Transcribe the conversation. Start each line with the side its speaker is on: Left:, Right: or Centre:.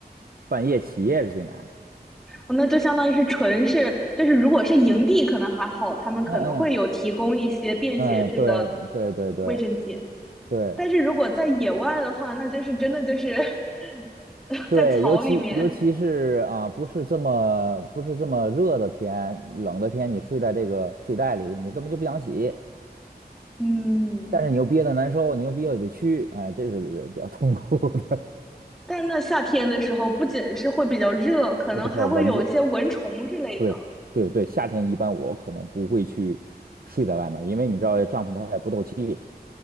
Right: 半夜起夜是最难。
Centre: 哦，那就相当于是纯是，就是如果是营地可能还好，他们可能会有提供一些便携式的
Right: 嗯嗯嗯，对对对对
Centre: 卫生间，
Right: 对，
Centre: 但是如果在野外的话，那就是真的就是 <laughs>
Right: 对，
Centre: 在草里面，
Right: 尤其尤其是啊、不是这么不是这么热的天，冷的天，你睡在这个睡袋里，你根本就不想起，
Centre: 嗯。
Right: 但是你又憋得难受，你又憋得得屈，哎，这是比较痛苦的。
Centre: 但那夏天的时候，不仅是会比较热，
Right: <laughs>
Centre: 可能还会有一些蚊虫之类的。
Right: 而且还有蚊子，对对对，夏天一般我可能不会去睡在外面因为你知道帐篷它也不透气，